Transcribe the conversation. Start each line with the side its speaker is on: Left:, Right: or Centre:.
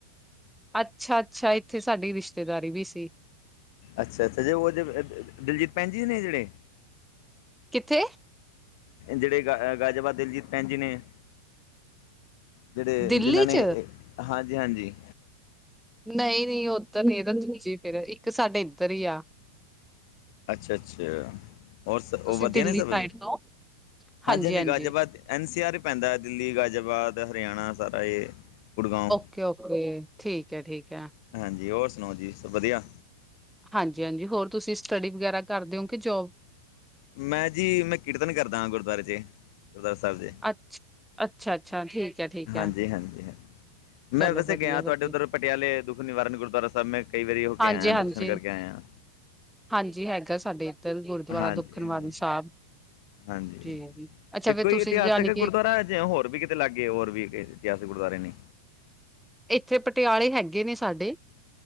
Centre: ਅੱਛਾ-ਅੱਛਾ। ਇੱਥੇ ਸਾਡੀ ਰਿਸ਼ਤੇਦਾਰੀ ਵੀ ਸੀ।
Left: ਅਛਾ-ਅੱਛਾ। ਜ' ਉਹ ਦਿਲਜੀਤ ਭੈਣ ਜੀ ਨਹੀਂ ਜਿਹੜੇ।
Centre: ਕਿੱਥੇ
Left: ਜਿਹੜੇ, ਗ, ਗਾਜਵਾ ਦਿਲਜੀਤ ਭੈਨ ਜੀ ਨੇ। ਜਿਹੜੇ,
Centre: ਦਿੱਲੀ
Left: ਜਿਨਾਂ, ਨੇ,
Centre: ਚ?
Left: ਹਾਂਜੀ ਹਾਂਜੀ।
Centre: ਨ ਈ-ਨੀ ਔਧਰ ਨੀ ਏਗਾ। ਤੁ ਸੀ ਫਿਰ ਇੱਕ ਸਾਡੇ ਇੱਧਰ ਹੀ ਆ
Left: ਅੱਛਾ-ਅੱਛਾ, ਹੋਰ ਸ ਉਹ
Centre: ਤੁਸੀਂ
Left: ਵਧੀਆ
Centre: ਦਿੱਲੀ
Left: ਨੇ ਸਬ?
Centre: ਸਾਈਡ ਤੋਂ ਹਾਂਜੀ-ਹਾਂਜੀ,
Left: ਅੱਜ ਅਸੀ ਗੱਜਵੱਜ ਐੱਨ ਸੀ ਆਰ ਹੀ ਪੈਂਦਾ ਦਿੱਲੀ, ਗਾਜ਼ੀਆਬਾਦ, ਹਰਿਆਣਾ ਸਾਰਾ ਇਹ, ਗੁੜਗਾਓ।
Centre: ਓਕੇ-ਓਕੇ ਠੀਕ ਹੈ ਠੀਕ ਹੈ।
Left: ਹਾਂਜੀ ਹੋਰ ਸੁਣਾਓ ਜੀ ਸਭ ਵਧੀਆ
Centre: ਹਾਂਜੀ-ਹਾਂਜੀ, ਹੋਰ ਤੁਸੀ ਸਟੱਡੀ ਵਗੈਰਾ ਕਰਦੇ ਹੋ ਕਿ ਜੋਬ?
Left: ਮੈਂ ਜੀ, ਮੈਂ ਕੀਰਤਨ ਕਰਦਾ ਹਾਂ ਗੁਰਦੁਆਰੇ ਚ। ਗੁਰਦੁਆਰਾ ਸਾਬ ਜੀ,
Centre: ਅੱਛ ਅੱਛਾ-ਅੱਛਾ, ਠੀਕ ਐ, ਠੀਕ
Left: ਹਾਂਜੀ
Centre: ਐ,
Left: ਹਾਂਜੀ ਹਾ।
Centre: ਚਲੋ
Left: ਮੈਂ ਵੈਸੇ
Centre: ਵਧੀਆ-ਵਧੀਆ।
Left: ਗਿਆ ਉਧਰ ਪਟਿਆਲੇ ਦੁੱਖ ਨਿਵਾਰਨ ਗੁਰਦੁਆਰਾ ਸਾਹਿਬ ਮੈਂ ਕਈ ਵਾਰੀ ਹੋ ਕੇ
Centre: ਹਾਂਜੀ-ਹਾਂਜੀ,
Left: ਆਇਆ ਦਰਸ਼ਨ ਕਰਕੇ
Centre: ਹਾਂਜੀ ਹਾਂਜੀ।
Left: ਆਇਆ।
Centre: ਹਾਂਜੀ, ਹੈਗਾ ਸਾਡੇ ਇੱਧਰ, ਗੁਰਦੁਆਰਾ
Left: ਹਾਂਜੀ
Centre: ਦੁੱਖਨਿਵਾਰਨ
Left: ਹਾਂਜੀ
Centre: ਸਾਹਿਬ।
Left: ਹਾਂਜੀ,
Centre: ਜੀ, ਜੀ। ਅੱਛਾ
Left: ਇੱਕੋ
Centre: ਫੇਰ ਤੁਸੀਂ
Left: ਹੀ ਇਤਿਹਾਸਿਕ
Centre: ਯਾਨੀ ਕਿ
Left: ਗੁਰਦੁਆਰਾ ਜੇ ਹੋਰ ਵੀ ਲਾਗੇ ਹੋਰ ਵੀ ਇਤਿਹਾਸਿਕ ਗੁਰਦੁਆਰੇ ਨੇ।
Centre: ਏਥੇ ਪਟਿਆਲੇ ਹੈਗੇ ਨੇ ਸਾਡੇ